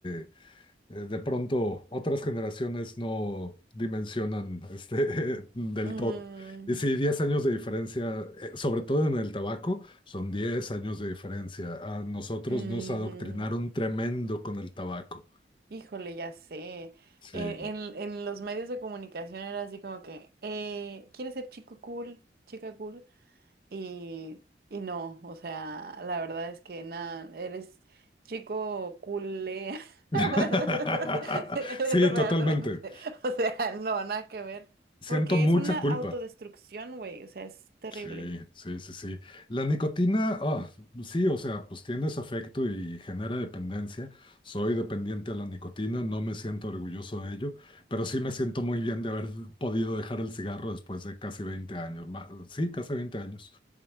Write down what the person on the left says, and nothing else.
eh, de pronto otras generaciones no dimensionan este, <laughs> del
todo. Y sí, 10 años de diferencia, eh, sobre todo en el tabaco, son 10 años de diferencia. A nosotros
nos adoctrinaron tremendo con el tabaco.
Sí.
<laughs>
Sí,
totalmente.
Siento
mucha
culpa.
Sí, sí, sí, sí. La nicotina, ah, sí, o sea, pues tienes afecto y genera dependencia. Soy dependiente a la nicotina, no me siento orgulloso de ello, pero sí me siento muy bien de haber podido dejar el cigarro después de casi veinte años. ma- sí, casi 20 años.